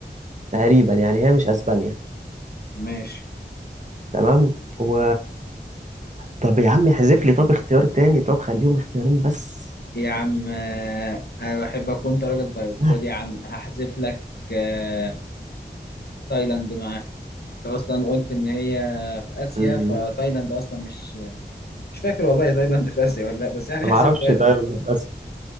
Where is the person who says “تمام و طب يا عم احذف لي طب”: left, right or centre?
Right